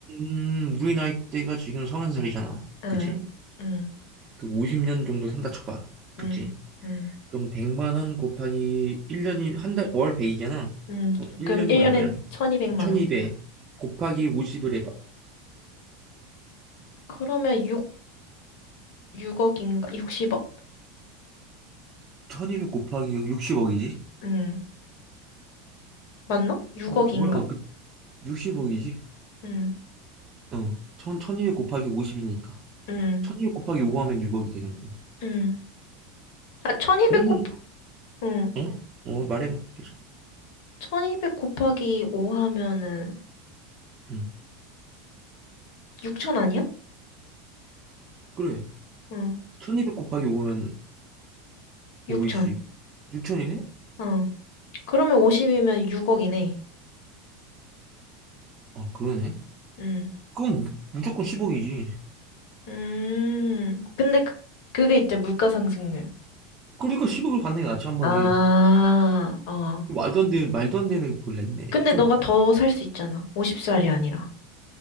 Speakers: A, on the right; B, on the left.
A: 음, 우리 나이대가 지금 서른 살이잖아
B: 응.
A: 그치?
B: 응,
A: 그 50년 정도 산다 쳐봐. 그치?
B: 응, 응,
A: 그럼 100만 원 곱하기 1년이, 한 달, 월배이잖아
B: 응.
A: 어, 1년이면
B: 그럼 1년에
A: 얼마야?
B: 1200만
A: 1200
B: 원.
A: 곱하기 50을 해봐.
B: 그러면 6, 6억인가? 60억?
A: 1200 곱하기 60억이지?
B: 응. 맞나? 6억인가?
A: 뭘, 어, 그, 60억이지.
B: 응.
A: 어, 천, 1200 곱하기 50이니까.
B: 응.
A: 1200 곱하기 5 하면 6억이 되는 거고.
B: 응. 아, 1200곱
A: 그러면,
B: 응.
A: 어? 어, 말해봐, 계속.
B: 1200 곱하기 5 하면은
A: 응,
B: 6000 아니야?
A: 그래.
B: 응.
A: 1200 곱하기 5면
B: 6000.
A: 5이0 6천이네
B: 어. 그러면 50이면 6억이네.
A: 아, 그러네.
B: 응.
A: 그럼 무- 무조건 10억이지.
B: 음. 근데 그, 그게 있잖아. 물가 상승률.
A: 그러니까 10억을 받는 게 낫지, 한 번에.
B: 아, 어.
A: 말도 안 되는, 말도 안 되는 그걸 냈네.
B: 근데
A: 좀,
B: 너가 더 살 수 있잖아. 50살이 아니라.